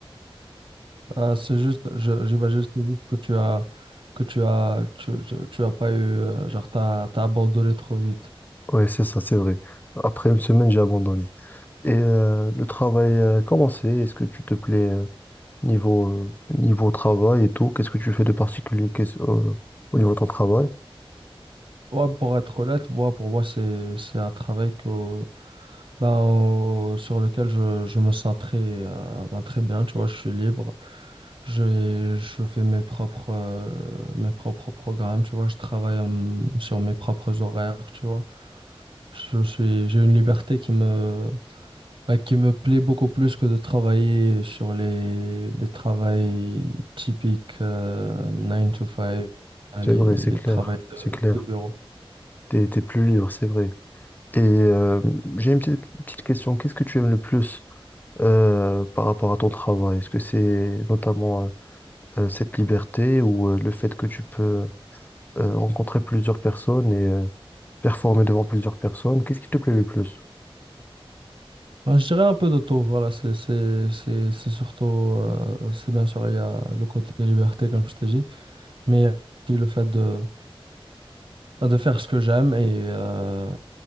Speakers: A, on the right (about 60°); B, on the left (about 20°).
A: Euh, c'est juste, je- j'imagine c'est juste que tu as, que tu as, tu, tu- tu as pas eu, euh, genre t'as, t'as abandonné trop vite.
B: Ouais, c'est ça, c'est vrai. Après une semaine, j'ai abandonné. Et euh, le travail, euh, comment c'est? Est-ce que tu te plais euh, niveau, euh, niveau travail et tout? Qu'est-ce que tu fais de particulier qu'est-ce- euh, au niveau de ton travail?
A: Ouais, pour être honnête, moi, pour moi, c'est, c'est un travail que, ben, au- sur lequel je, je me sens très, euh, ben, très bien, tu vois, je suis libre. Je, je fais mes propres, euh, mes propres programmes, tu vois, je travaille en- sur mes propres horaires, tu vois. Je suis, j'ai une liberté qui me, ben, qui me plaît beaucoup plus que de travailler sur les, les travails typiques, euh, 9 to 5, les,
B: C'est vrai,
A: les
B: c'est clair,
A: travails de,
B: c'est clair.
A: de bureau.
B: T'es, t'es plus libre, c'est vrai. Et euh, j'ai une petite, petite question. Qu'est-ce que tu aimes le plus euh, par rapport à ton travail? Est-ce que c'est notamment euh, euh, cette liberté ou euh, le fait que tu peux euh, rencontrer plusieurs personnes et euh, performer devant plusieurs personnes? Qu'est-ce qui te plaît le plus?
A: Ben, je dirais un peu de tout, voilà, c'est c'est- c'est- c'est surtout, euh, c'est bien sûr, il y a le côté liberté, comme je t'ai dit, mais il y a aussi le fait de, ben, de faire ce que j'aime et euh,